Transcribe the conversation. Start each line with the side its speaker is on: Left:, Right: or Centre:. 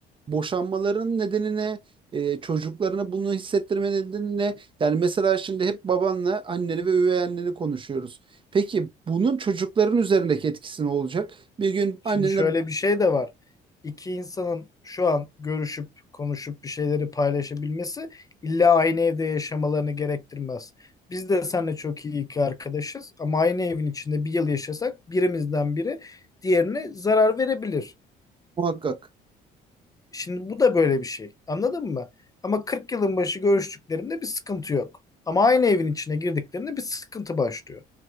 Right: boşanmaların nedenine, e, çocuklarına bunu hissettirme nedenine. Yani mesela şimdi hep babanla anneni ve üvey anneni konuşuyoruz. Peki bunun çocukların üzerindeki etkisi ne olacak? Bir gün
Left: Şimdi
Right: annene
Left: şöyle bir şey de var. İki insanın şu an görüşüp konuşup bir şeyleri paylaşabilmesi illa aynı evde yaşamalarını gerektirmez. Biz de seninle çok iyi iki arkadaşız ama aynı evin içinde bir yıl yaşasak birimizden biri diğerine zarar verebilir.
Right: muhakkak.
Left: Şimdi bu da böyle bir şey. Anladın mı? Ama 40 yılın başı görüştüklerinde bir sıkıntı yok. Ama aynı evin içine girdiklerinde bir sıkıntı başlıyor.